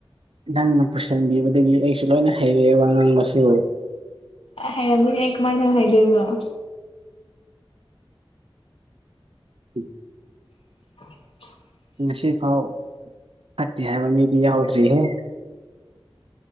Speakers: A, on the right (about 75°); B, on the left (about 75°).
A: ꯅꯪꯅ ꯄꯨꯁꯤꯟꯕꯤꯕꯗꯒꯤ ꯑꯩꯁꯨ ꯂꯣꯏꯅ ꯍꯩꯔꯦ ꯋꯥ ꯉꯥꯡꯕꯁꯨ
B: ꯍꯩꯔꯝꯒꯅꯤ ꯑꯩ ꯀꯃꯥꯏꯅ ꯍꯩꯗꯣꯏꯕ
A: ꯎꯝ
B: <unintelligible>
A: ꯉꯁꯤꯐꯥꯎ ꯐꯠꯇꯦ ꯍꯥꯏꯕ ꯃꯤꯗꯤ ꯌꯥꯎꯗ꯭ꯔꯤꯍꯦ